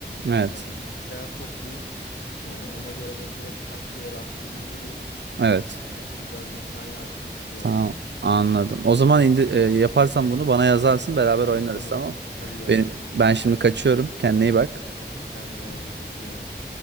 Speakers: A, on the left; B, on the right.
A: e,
B: Evet.
A: bir bilgisayar toplayayım. E, ona göre böyle direkt tak diye rastı indireyim.
B: Evet.
A: Oynayayım biraz mesai harcayayım istiyorum
B: Tamam.
A: yani.
B: Anladım. O zaman indi, e, yaparsan bunu bana yazarsın. Beraber oynarız
A: Olur olur.
B: tamam.
A: Tabii yazarım.
B: Benim, ben şimdi kaçıyorum. Kendine iyi bak.
A: Sen de teşekkür ederim.